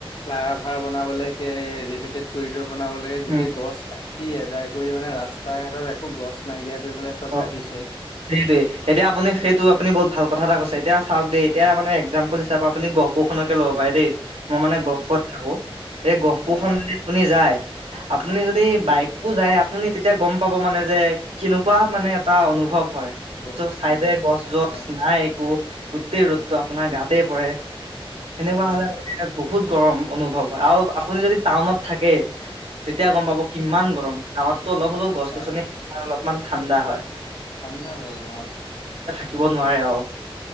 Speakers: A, on the left; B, on the right.
A: ফ্লাই অভাৰ বনাবলৈ এলিভেটেড কৰিডৰ বনাব লাগে গোটেই
B: উম
A: গছ কাট তি আদাই কৰি মানে ৰাস্তা ঘাটত একো গছ নাইকিয়া কৰি পেলাই চব
B: অ
A: কাটিছে।
B: সেইটোৱে এতিয়া আপুনি সেইটো আপুনি বহুত ভাল কথা এটা কৈছে এতিয়া চাওক দে এতিয়া মানে এক্সামপুল হিচাপে আপুনি গহপুৰ খনকে লব পাৰে দেই। মই মানে
A: উম
B: গহপুৰত থাকো এই গহপুৰ
A: হয়
B: খ
A: হয়
B: যদি আপুনি যায়। আপুনি যদি বাইকটো
A: হয়
B: যায় আপুনি তেতিয়া গম পাব মানে যে কেনেকুৱা মানে এটা অনুভৱ অনুভৱ হয়
A: গ
B: চাইডে
A: উম
B: গছ গছ
A: হয়
B: নাই একো গোটেই ৰ'দতটো আপোনাৰ গাতেই পৰে সেনেকুৱা
A: হয়
B: হলে
A: হয়
B: বহুত গৰম অনুভৱ হয় আৰু আপুনি যদি টাউনত থাকে। এতিয়া গম পাব কিমান
A: তাকে
B: গৰম গাঁৱতো অলপ হলেও গছ
A: হয়
B: গছনি অলপমান ঠাণ্ডা হয়।
A: ঠাণ্ডা বহুত গাঁৱত
B: শিকিব নোৱাৰে আৰু